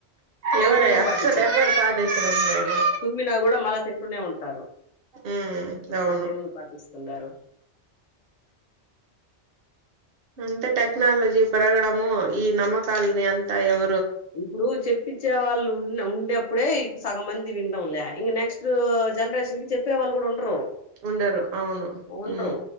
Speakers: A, on the right (about 60°); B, on the left (about 45°).
A: ఎవరే
B: ఎవ్వురు
A: అస్సలు
B: పాటించరు.
A: ఎవ్వరు పాటించడం లేదు
B: తుమ్మినా కూడా మళ్ళా తింటూనే ఉంటారు,
A: ఉమ్ అవును
B: మరి ఎవురు పాటిస్ స్తుండార్
A: అంతే టెక్నాలజీ పేరగడము ఈ నమ్మకాలని అంతా ఎవ
B: ఇప్పుడూ చెప్ పిచ్చే వాళ్ళు ఉన్ ఉండే ప్పుడే ఇక్ సగం మంది విన్ డం లే ఇగ నెక్స్ట్ జెనరేషన్ క్ చెప్పే వాళ్ళు కూడా ఉండరు
A: ఉండరు అవును
B: ఉండరు
A: హు